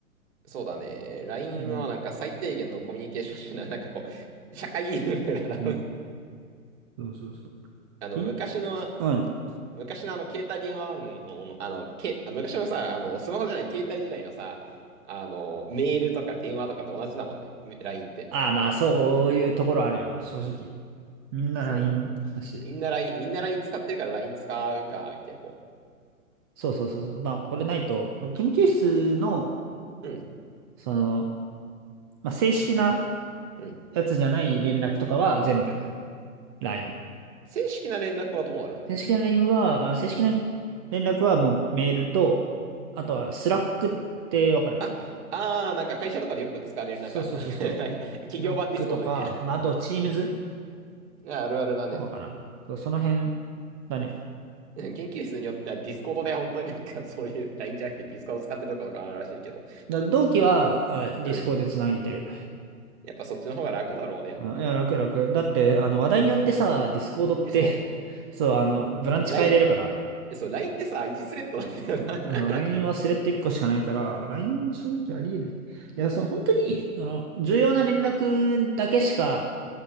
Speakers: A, on the right; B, on the right.
A: そうだね。LINE
B: うん。
A: はなんか最低限のコミュニケーション手段。なんかこう、社会インフラだ。
B: うん。そうそうそう。
A: <laughs> あの、
B: ピン
A: 昔の
B: うん。
A: 昔のあの、携帯電話番号の、あの、け、あ昔のさ、あの、スマホじゃない携帯時代のさ、あの、メールとか電話とかと同じだもんね。め LINE って。
B: ああまあそういうところあるよね、正直。みんな
A: そう。
B: LINE だし。
A: みんな LINE、みんなライン使ってるから LINE 使うか、みたいな、こ
B: そうそうそうそう。まあ、これないと、研究室の、
A: う。うん、
B: その、まあ、正式な
A: うん。
B: やつじゃない連絡とかは全部 LINE。
A: 正式な連絡はどうなるの
B: 正式な LINE は、あ正式な連絡はもうメールと、あとはスラックってわかる
A: あ、あー、なんか会社とかでよく使われる、
B: そうそうそうそう。
A: なんか <laughs> なんか <laughs> 企業版ディスコードみたいな。
B: スラックとか、まあ、あと Teams
A: ああるあるだね。
B: とかかな。そう、その辺だね。
A: うん研究室によってはディスコードで本当になんかそういう LINE じゃなくてディスコード使ってるところとかあるらしいけど。
B: だ同期は、あ、ディスコードでつなげてる。
A: うん。やっぱそっちの方が楽だろうね、やっぱ。
B: あいや、楽楽。だって、あの、話題によってさ、ディスコードって
A: そ
B: <laughs> そう、あの、ブランチ変えれるから。
A: う。LINE えそう、LINE ってさ、1スレッドなんだよな
B: あの LINE
A: <laughs>
B: はスレッド1個しかないから、LINE は正直ありえない。いや、その本当に、その、重要な連絡だけしか